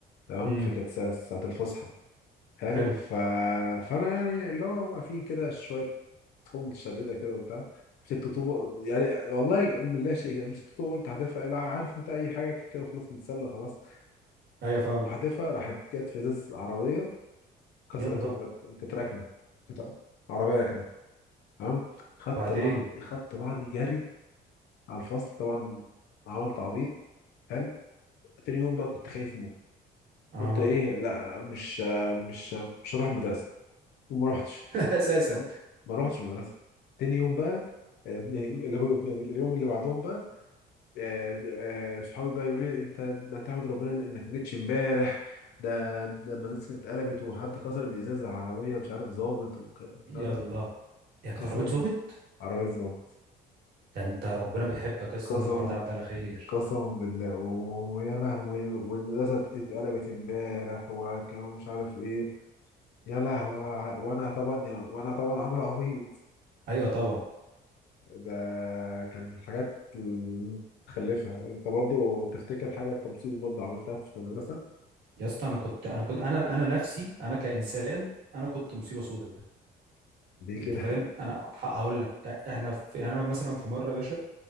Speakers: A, on the left (about 75°); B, on the right (about 65°).
A: تمام
B: امم
A: فكانت ساعة ساعة الفسحة حلو
B: حلو
A: ف... فانا يعني اللي هو واقفين كده شويه تكون متشرده كده وبتاع مسكت طوبه يعني والله من لا شيء كده مسكت طوبه قلت هحذفها الع- عارف انت اي حاجه كده وخلاص متسلى خلاص
B: ايوه فاهمك
A: بحذفها راحت جت في ازاز عربيه كسرته
B: يلا
A: وكانت كانت راكنه كانت عربيه راكنه تمام خدت
B: وبعدين
A: بعض خدت بعضي جري على الفصل طبعا عملت عبيط حلو تاني يوم بقى كنت خايف موت
B: اه
A: قلت ايه لا مش مش مش هروح المدرسه وما رحتش
B: <laughs> اساسا
A: مم. ما روحتش المدرسه تاني يوم بقى آه، يعني يعني اليوم اللي بعدهم بقى آه، آه، صحابي بقى يقولوا لي انت ده انت احمد ربنا انك ما جيتش امبارح ده ده المدرسه اتقلبت وحد كسر الازاز على عربيه مش عارف ظابط وك- والبتاع
B: يلا
A: ده
B: يا كانت
A: قسم
B: عربية ظابط
A: عربيه ظابط
B: ده انت ربنا بيحبك يا اسطى
A: قسم
B: ان الحوار ده عدى على خير
A: قسم بالله ويا لهوي والمدرسه اتقلبت امبارح وكانوا مش عارف ايه يا لهوي وانا طبعا وانا طبعا عامل عبيط
B: ايوه طبعا
A: ده كان من الحاجات المتخلفة انت برضو تفتكر حاجة انت مصيبة برضو عملتها في المدرسة
B: يا اسطى انا كنت انا كنت انا انا نفسي انا كانسان انا كنت مصيبه سوداء
A: ليه
B: انت
A: كده
B: فاهم انا ه- هقول لك احنا في يعني انا مثلا في مره يا باشا